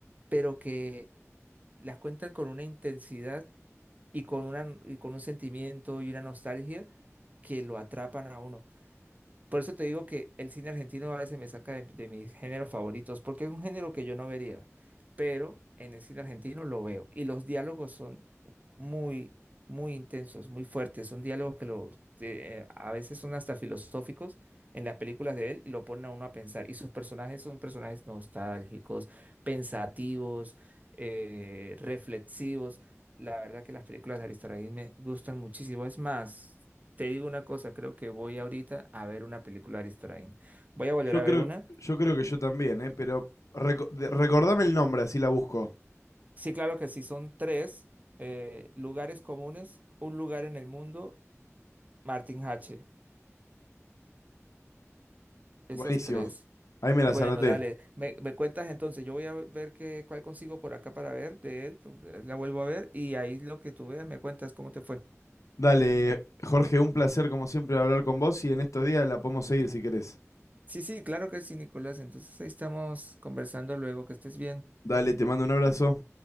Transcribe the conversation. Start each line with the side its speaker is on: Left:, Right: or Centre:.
Right: pero que las cuentan con una intensidad y con una, y con un sentimiento y una nostalgia que lo atrapan a uno. Por eso te digo que el cine argentino a veces me saca de, de mis géneros favoritos, porque es un género que yo no vería, pero en el cine argentino lo veo. Y los diálogos son muy, muy intensos, muy fuertes. Son diálogos que los, te- eh, a veces son hasta filosóficos en las películas de él y lo ponen a uno a pensar. Y sus personajes son personajes nostálgicos, pensativos, eh, reflexivos. La verdad que las películas de Aristarahis me gustan muchísimo. Es más. Te digo una cosa, creo que voy ahorita a ver una película de Ari Voy a volver
Left: Yo
Right: a
Left: creo,
Right: ver una.
Left: yo creo que yo también, ¿eh? Pero reco- de- recordame el nombre, así la busco.
Right: Sí, claro que sí, son tres eh, lugares comunes, un lugar en el mundo, Martin H. Esas
Left: Buenísimo.
Right: tres.
Left: Ahí me las
Right: Bueno,
Left: anoté.
Right: dale, me, me cuentas entonces, yo voy a ver qué, cuál consigo por acá para ver de él, pues, la vuelvo a ver y ahí lo que tú veas me cuentas cómo te fue.
Left: Dale, Jorge, un placer como siempre hablar con vos y en estos días la podemos seguir si querés.
Right: Sí, sí, claro que sí, Nicolás. Entonces ahí estamos conversando luego, que estés bien.
Left: Dale, te mando un abrazo.